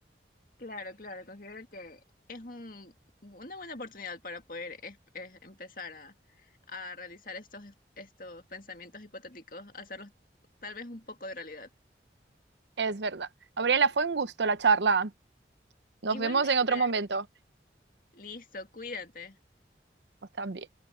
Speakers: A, on the left (about 50°); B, on the right (about 80°).
A: Claro, claro, considero que es un, una buena oportunidad para poder es- es empezar a, a realizar estos, estos pensamientos hipotéticos, hacerlos tal vez un poco de realidad.
B: Es verdad. Gabriela, fue un gusto la charla. Nos
A: Igualmente.
B: vemos en otro momento.
A: Listo, cuídate.
B: Está bien.